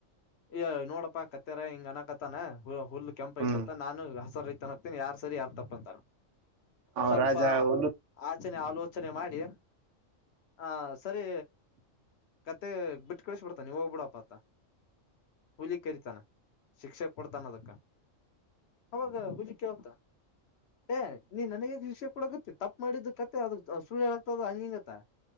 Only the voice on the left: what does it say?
ಅಯ ನೋಡಪ್ಪಾ ಕತ್ತಾರ ಹಿಂಗ ಅನಕತ್ತಾನ ಹುಲ್ ಕೆಂಪ್
ಐತತ್ತ ನಾನು ರ್ತನಗ್ತೀನಿ ಯಾರ ಸರಿ ಯಾರ ತಪ್ಪಂತಾರ
ಸ್ವಲ್ಪ
ಆಚನೆ ಆಲೋಚನೆ ಮಾಡಿ ಹ ಸರಿ ಕತ್ತೆ ಬಿಟ್ಟ ಕಳಿಸಬಿಡ್ತ ನೀವ ಹೋಗ್ಬಿಡಪ ಅತ ಕುಲಿ ಕರತಾನ ಶಿಕ್ಷೆ ಕೊಡ್ತಾನ ಅದಕ್ಕ ಅವಾಗ ಹಲಿಕ್ಕೆ ಹೊಂತ ಏ ನೀ ನನಗ ಶಲ್ಸ ಕೂಡ ಗೊತ್ತಿ ತಪ್ಪ ಮಾಡಿದ ಕತೆ ಅ್ರ ಸುಳ್ಳ್ಯನಾಗಗ್ತದ ಹಂಗಿಂಗತ್ತ